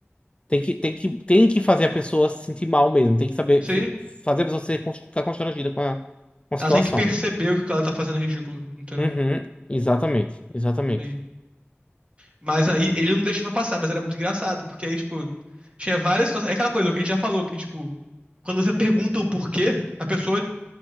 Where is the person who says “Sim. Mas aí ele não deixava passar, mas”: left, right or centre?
Right